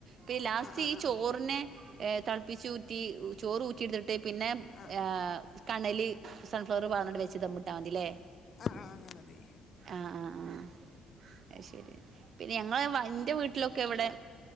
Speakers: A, on the right (about 55°); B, on the left (about 50°).
A: ട്ട് ലാസ്റ്റ്
B: ആ ആ
A: ഈ
B: ആ
A: ചോറിനെ
B: ആ
A: ഏഹ് തൾപ്പിചൂറ്റി ചോറ് ഊറ്റിട്ത്ത്ട്ട് പിന്നെ
B: ആ
A: ഏഹ് കണല് സൺഫ്ലറ് പാർന്നണ്ട് വെച്ച് ദമ്മ്ട്ടാതിലെ,
B: ആഹ് ആഹ് അങ്ങനദി
A: ആഹ് ആഹ് ആഹ് അയ്ശരി പിന്നെ ഞങ്ങള് വ ന്റെ വീട്ടിലൊക്കെ വടെ